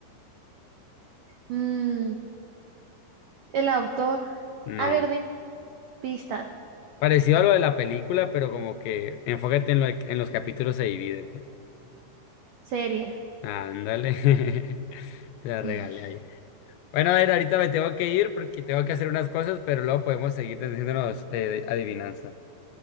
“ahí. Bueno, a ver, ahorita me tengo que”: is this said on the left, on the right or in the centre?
Left